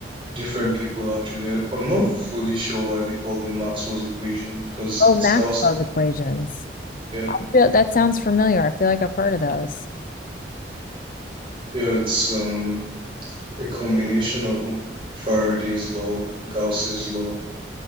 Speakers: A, on the right; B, on the left.
A: different people actually. I- I'm not fully sure why they call them Maxwell's equation because
B: Oh,
A: it's
B: Maxwell's
A: Gauss.
B: equations.
A: Yeah,
B: I feel that sounds familiar. I feel like I've heard of those.
A: yeah, it's um a combination of Faraday's law, Gauss's law